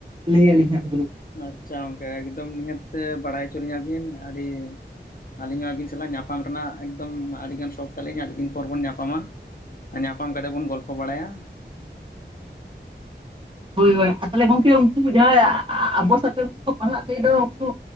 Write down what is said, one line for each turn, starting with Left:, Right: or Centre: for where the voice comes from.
Right: ᱞᱟᱹᱭ ᱟᱹᱞᱤᱧ ᱦᱟᱸᱜ ᱜᱨᱩᱯ ᱨᱮ
Left: ᱟᱪᱪᱷᱟ ᱜᱚᱝᱠᱮ ᱮᱠᱫᱚᱢ ᱱᱤᱦᱟᱹᱛ ᱛᱮ ᱵᱟᱲᱟᱭ ᱦᱚᱪᱚ ᱞᱤᱧᱟᱹᱵᱤᱱ᱾ ᱟᱹᱰᱤ ᱟᱹᱞᱤᱧ ᱦᱚᱸ ᱟᱹᱵᱤᱱ ᱥᱟᱞᱟᱜ ᱧᱟᱯᱟᱢ ᱨᱮᱱᱟᱜ ᱮᱠᱫᱚᱢ ᱟᱹᱰᱤᱜᱟᱱ ᱥᱚᱠᱷ ᱛᱟᱹᱞᱤᱧ, ᱟᱹᱰᱤ ᱫᱤᱱ ᱯᱚᱨ ᱵᱚᱱ ᱧᱟᱯᱟᱢᱟ᱾ ᱟ ᱧᱟᱯᱟᱢ ᱠᱟᱛᱮ ᱵᱚᱱ ᱜᱚᱞᱯᱷᱚ ᱵᱟᱲᱟᱭᱟ᱾
Right: ᱦᱳᱭ ᱦᱳᱭ ᱛᱟᱦᱚᱞᱮ ᱜᱚᱝᱠᱮ ᱩᱱᱠᱩ ᱡᱟᱦᱟᱸᱭ ᱟᱵᱚ ᱥᱟᱛᱮ ᱜᱮᱠᱚ ᱯᱟᱲᱦᱟᱜ ᱛᱟᱦᱮᱸᱜ ᱫᱚ ᱩᱱᱠᱩ